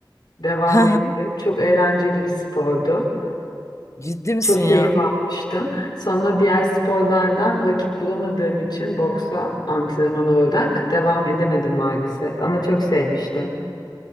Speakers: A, on the left (about 60°); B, on the left (about 40°).
A: devam ettim.
B: <laughs>
A: Çok eğlenceli bir spordu.
B: Ciddi misin
A: Çok
B: ya?
A: keyif almıştım. Sonra diğer sporlardan vakit bulamadığım için boksa antrenman olarak devam edemedim maalesef. Ama çok sevmiştim.